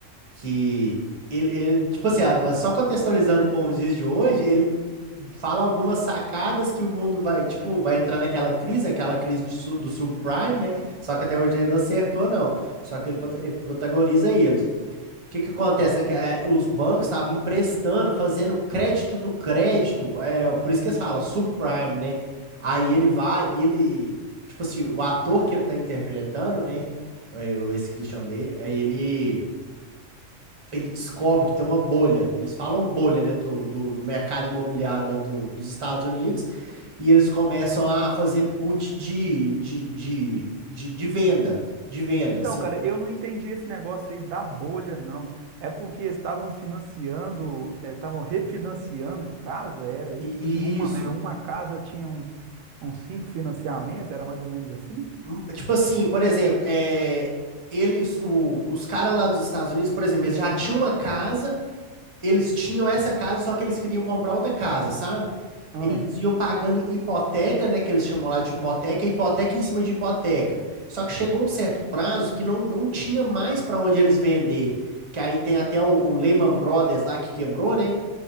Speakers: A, on the right; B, on the right.
A: que ele, ele, tipo assim, ah, só contextualizando com os dias de hoje, ele fala algumas sacadas que o mundo vai, tipo, vai entrar naquela crise, aquela crise de su- do subprime, né? Só que até hoje ele não acertou, não. Só que ele, prota- ele protagoniza eles. O que que acontece, né? Que é, os bancos estavam emprestando, fazendo crédito do crédito, é, por isso que eles falam subprime, né? Aí ele vai, ele, tipo assim, o ator que ele tá interpretando, né? é, o- Esse Christian Bale, aí ele, ele descobre que tem uma bolha. Eles falam bolha, né? Do, do, do mercado imobiliário lá do- dos Estados Unidos. E eles começam a fazer put de, de, de, de, de venda. De venda.
B: Então,
A: Seu,
B: cara,
A: é,
B: eu não entendi esse negócio aí da bolha, não. É porque estavam financiando, eh, estavam refinanciando casa, era isso?
A: isso.
B: Tipo assim, uma, é, uma casa tinha um, uns cinco financiamentos, era mais ou menos assim?
A: Hum, Tipo assim, por exemplo, é, eles, o- os caras lá dos Estados Unidos, por exemplo, eles já tinham uma casa, eles tinham essa casa, só que eles queriam comprar outra casa, sabe?
B: Ah,
A: Eles iam pagando hipoteca, né, que eles chamam lá de hipoteca, hipoteca em cima de hipoteca. Só que chegou um certo prazo que não, não tinha mais para onde eles vender, que aí tem até o, o Lehman Brothers lá que quebrou, né?